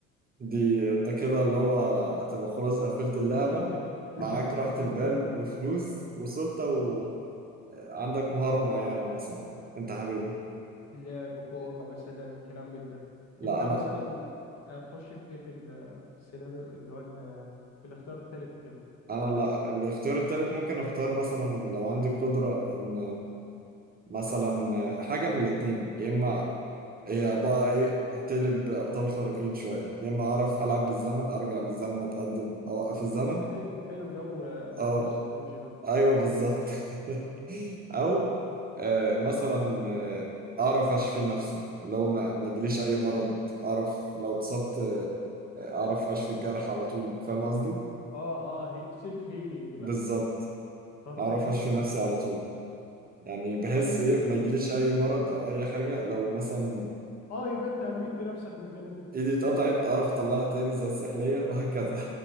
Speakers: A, on the right (about 20°); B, on the left (about 40°).
A: دي أنت كده اللي هو هتبقى خلاص قفلت اللعبة
B: قفلتها <laughs>
A: معاك راحة
B: قفلتها
A: البال وفلوس
B: آه.
A: وسلطة وعندك مهارة معينة مثلا أنت حاببها
B: لعب كورة مثلا كلام من ده
A: لا
B: انت
A: أنا
B: مثلا هتخش في ايه في ال- في السيناريو اللي هو ال- في الاختيار الثالث وكده
A: أنا لا الاختيار التالت ممكن أختار مثلا لو عندي قدرة إن مثلا حاجة من الاتنين يا إما هي بقى ايه هتقلب ابطال خارقين شويه يا اما اعرف العب بالزمن ارجع بالزمن اتقدم اوقف الزمن
B: حلو حلو جو دكتور
A: اه
B: سترينج ده
A: ايوه بالظبط
B: اه
A: <laughs> او آه مثلا آه، اعرف اشفي نفسي لو ما ما يجيليش اي مرض اعرف لو اتصبت آه، اعرف اشفي الجرح على طول فاهم قصدي
B: اه, آه سيلف هيلينج
A: بالظبط
B: بقى طب
A: اعرف
B: ما حلو
A: اشفي نفسي
B: ده
A: على طول يعني بحس
B: طيب
A: ايه ما يجيليش اي مرض او اي حاجه لو مثلا
B: اه يبقى انت امنت نفسك من الجانب ده
A: ايدي اتقطعت اعرف اطلعها تاني زي السحليه <laughs> وهكذا